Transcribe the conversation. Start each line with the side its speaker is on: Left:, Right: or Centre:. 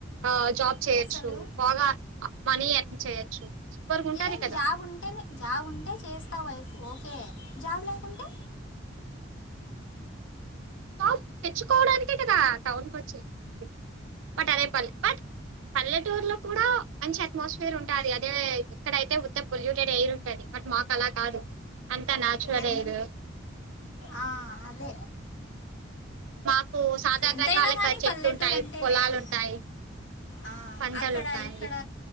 Right: ఆ జాబ్ చేయొచ్చు
Left: అసలు
Right: బాగా మనీ ఎర్న్ చేయొచ్చు సూపర్గా ఉంటది
Left: ఏం
Right: కదా
Left: జాబ్ ఉంటేనె జాబ్ ఉంటే చేస్తావై ఓకే జాబ్ లేకుంటే
Right: జాబ్ తెచ్చుకోవడానికే కదా టౌన్ కొచ్చేది బట్ అదే పని బట్ పల్లెటూరులో కూడా మంచి అట్మాస్ఫియర్ ఉంటాది అదే ఇక్కడైతే ఉత్త పొల్యూటెడ్ ఎయిర్ ఉంటది బట్ మాకు అలా కాదు అంతా నాచ్చురల్
Left: ఎన్
Right: ఎయిర్
Left: ఆ అదె
Right: మాకు సాధారణనంగా
Left: ఎంతైనా
Right: <unintelligible>
Left: కానీ
Right: చెట్లు
Left: పల్లెటూరు
Right: ఉంటాయి
Left: అంటే
Right: పొలాలు
Left: వేరు
Right: ఉంటాయి
Left: ఆ
Right: పంటలు
Left: అక్కడ
Right: ఉంటాయి.
Left: ఇక్కడ